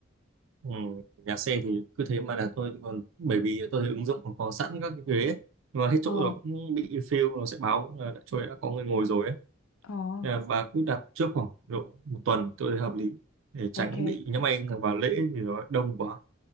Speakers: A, on the right; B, on the left.
A: ừ. Nhà xe thì cứ thế mà là tôi còn bởi vì tôi thấy ứng dụng nó có sẵn các cái ghế ấy. nhưng mà hết
B: Ờ,
A: chỗ rồi cũng bị fill nó sẽ báo là đã, chỗ đã có người ngồi rồi ấy.
B: ờ,
A: Nên bà cứ đặt trước khoảng độ một tuần tôi thấy hợp lý để tránh
B: ok.
A: bị nhỡ anh vào lễ thì nó đông quá